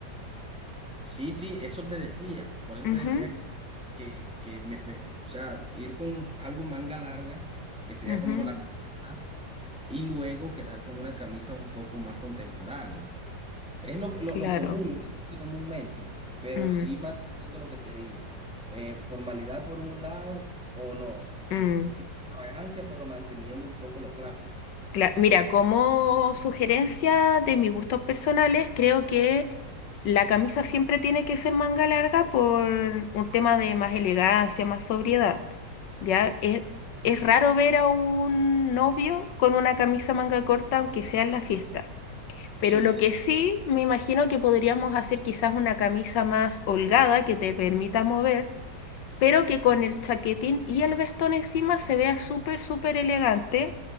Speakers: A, in the centre; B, on the left.
A: Sí, sí, eso te decía, por eso
B: Ujú,
A: te decía que, que, que me, pe- o sea, ir con algo manga larga, que sería
B: ujú,
A: como la chaqueta, y luego quedar con una camisa un poco más contemporánea. Es lo, lo,
B: claro.
A: lo común, lo que se hace comúnmente, pero
B: Mm,
A: sí manteniendo lo que te digo. Eh, formalidad por un lado o no,
B: mm,
A: mm, sin extravagancia, pero manteniendo un poco lo clásico.
B: cla- Mira, como sugerencia de mis gustos personales, creo que La camisa siempre tiene que ser manga larga por un tema de más elegancia, más sobriedad. Ya es, es raro ver a un novio con una camisa manga corta, aunque sea en la fiesta. Pero
A: Sí,
B: lo
A: sí.
B: que sí, me imagino que podríamos hacer quizás una camisa más holgada que te permita mover, pero que con el chaquetín y el vestón encima se vea súper, súper elegante,